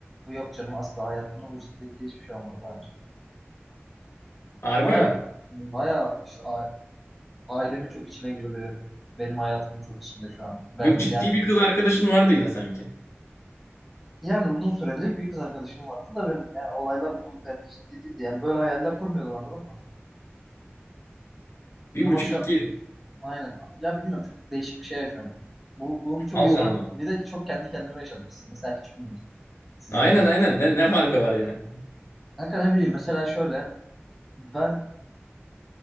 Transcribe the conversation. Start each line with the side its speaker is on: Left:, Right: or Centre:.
Centre: Bu yok canım asla hayatımda bu ciddiyette hiçbir şey olmadı daha önce.
Left: Harbi
Centre: Baya
Left: mi?
Centre: baya işte a- ailemin çok içine girdi. Benim hayatımın çok içinde şu an. Ben,
Left: Yok ciddi
Centre: yani
Left: bir kız arkadaşın vardı yine sanki.
Centre: Yani uzun süreli bir kız arkadaşım vardı da ben yani olaylar bu denli ciddi değildi. Yani böyle hayaller kurmuyordum anladın mı?
Left: Bir
Centre: Ama
Left: buçuk
Centre: şu
Left: iki yıl.
Centre: aynen. Ya bilmiyorum çok değişik bir şey yaşıyorum. ben. Bu, bunu çok
Left: Allah
Centre: izol
Left: Allah.
Centre: bir de çok kendi kendime yaşadım. Siz mesela hiç bilmiyorsunuz. Siz
Left: Aynen
Centre: de çok.
Left: aynen. Ne, ne farkı var yani?
Centre: Kanka ne bileyim mesela şöyle ben